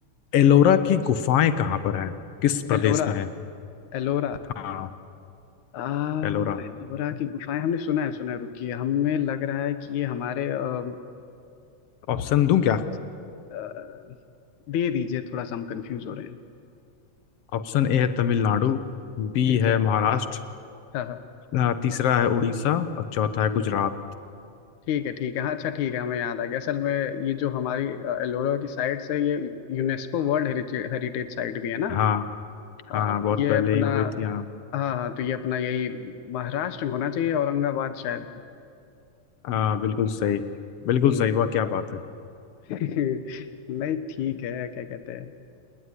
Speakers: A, on the left; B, on the left.
A: एलोरा की गुफाएं कहाँ पर हैं किस प्रदेश
B: एलोरा
A: में है
B: एलोरा
A: हाँ
B: आ
A: एलोरा
B: एलोरा की गुफाएं हमने सुना है सुना है रुकिए हमें लग रहा है कि ये हमारे अ,
A: ऑप्शन दूं क्या
B: अ, दे दीजिए थोड़ा सा हम कंफ्यूज हो रहे हैं
A: ऑप्शन ए है तमिलनाडु बी
B: ठीक है
A: है महाराष्ट्र
B: हाँ हाँ
A: अ, तीसरा है उड़ीसा और चौथा है गुजरात
B: ठीक है ठीक है हाँ अच्छा ठीक है हमें याद आ गया असल में ये जो हमारी अ, एलोरा की साइट से ये UNESCO world heritage heritage site भी है ना
A: हाँ हाँ
B: आ,
A: हाँ, बहुत
B: ये
A: पहले
B: अपना
A: ही हो गई थी हाँ
B: हाँ हाँ तो ये अपना यही महाराष्ट्र में होना चाहिए औरंगाबाद शायद
A: हाँ बिल्कुल सही बिल्कुल
B: हम्म
A: सही वाह क्या बात है
B: <laughs> नहीं ठीक है क्या कहते हैं